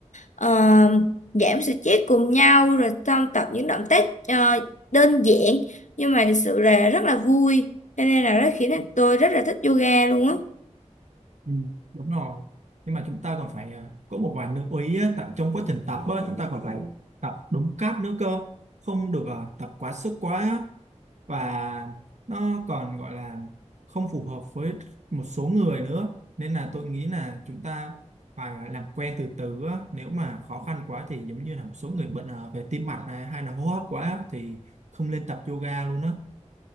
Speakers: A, on the left; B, on the right.
A: à, giảm stress cùng nhau rồi xong tập những động tác ờ, đơn giản nhưng mà thực sự là rất là vui cho nên là nó khiến tôi rất là thích yoga luôn á
B: Ừ, đúng rồi nhưng mà chúng ta còn phải à, có một vài lưu ý á, tại trong quá trình tập á, chúng ta còn phải tập đúng cách nữa cơ không được à, tập quá sức quá á. và nó còn gọi là không phù hợp với một số người nữa nên là tôi nghĩ là chúng ta phải à, làm quen từ từ á. nếu mà khó khăn quá thì giống như là một số người bệnh à, về tim mạch này hay là hô hấp quá á, thì không nên tập yoga luôn á